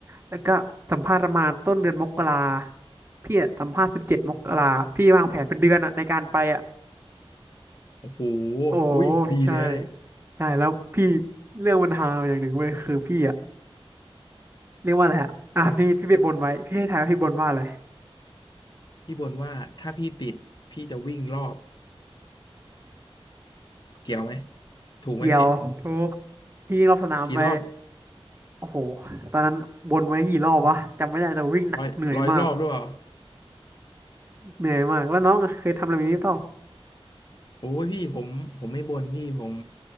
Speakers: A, on the right; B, on the left.
A: แล้วก็สัมภาษณ์ประมาณต้นเดือนมกราพี่อะสัมภาษณ์สิบเจ็ดมกราพี่วางแผนเป็นเดือนอะในการไปอะ
B: โอ้โห
A: โอ้
B: อุ้ยดีเลยเลย
A: ใช่ใช่แล้วพี่เรื่องปัญหาอย่างหนึ่งเว้ยคือพี่อะเรียกว่าอะไรอะอ่ะพี่พี่ไปบนไว้พี่ให้ทายว่าพี่บนว่าอะไร
B: พี่บ่นว่าถ้าพี่ติดพี่จะวิ่งรอบเกี่ยวไหมถูกไหมพี่
A: เกี่ยวทุกพี่วิ่งรอบสนามไป
B: กี่รอบ
A: โอ้โหตอนนั้นวนไว้กี่รอบวะจำไม่ได้แต่วิ่งหนักเหนื่อยมาก
B: ร้อยร้อยรอบหรือเปล่า
A: เหนื่อยมาก แล้วน้องอะเคยทำอะไรแบบนี้เปล่า
B: โอ้ยพี่ผมผมไม่บ่นพี่ผม